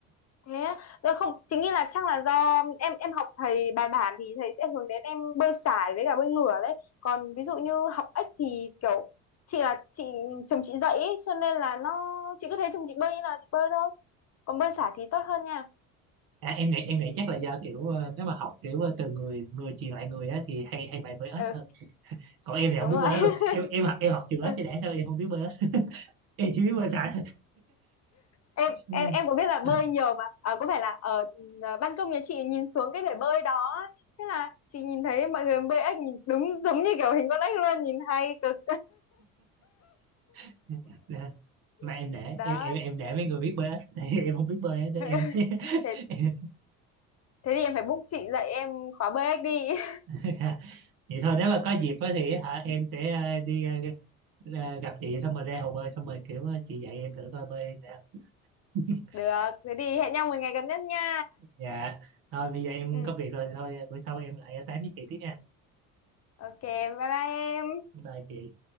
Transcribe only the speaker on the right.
à, em nghĩ em nghĩ chắc là do kiểu ờ, nếu mà học kiểu ờ, từ người người truyền lại người á thì hay hay bày bơi ếch
hơn còn em thì
không biết
bơi ếch
luôn em em học em học trường
lớp cho đã sao em không biết bơi ếch em chỉ biết bơi sải
thôi
<laughs>
<laughs> Nè, mà em
để
em em em để mấy người biết bơi á. <laughs> Tại vì em không biết bơi á, để
em <laughs>
em-
<laughs> vậy thôi nếu mà có dịp á thì hả em sẽ ờ, đi ờ, ờ, gặp chị xong rồi ra hồ bơi xong rồi kiểu ờ, chị dạy em thử coi bơi sao <laughs>
dạ thôi bây giờ em
có việc rồi thì thôi bữa sau em lại tám với chị tiếp nha
bye chị